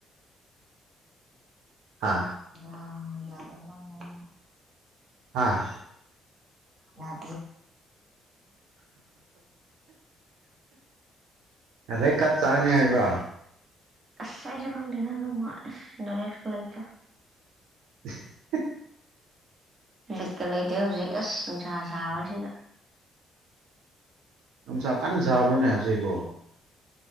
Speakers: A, on the right (about 85°); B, on the right (about 35°).
A: ꯍꯥ
B: ꯑ ꯌꯥꯔ ꯃꯃꯅ
A: ꯍꯥꯥ
B: ꯌꯥ ꯍ
A: ꯑꯗꯩ ꯀꯞ ꯆꯥꯅꯤ ꯍꯥꯏꯕ
B: ꯑꯥꯏꯁꯨ ꯈꯡꯗꯦꯗ ꯑꯗꯨꯝ ꯌꯥ ꯅꯣꯂꯦꯀꯥ ꯂꯩꯠ
A: <inaudible>
B: ꯕꯤꯠꯀꯥ ꯂꯩꯇꯦ ꯍꯧꯖꯤꯛ ꯑꯁ ꯅꯨꯡꯁꯥ ꯁꯥꯕꯁꯤꯅ
A: ꯅꯨꯡꯁꯥ ꯀꯥꯟꯅ ꯁꯥꯕ꯭ꯔꯣꯅꯦ ꯍꯧꯖꯤꯛꯕꯣ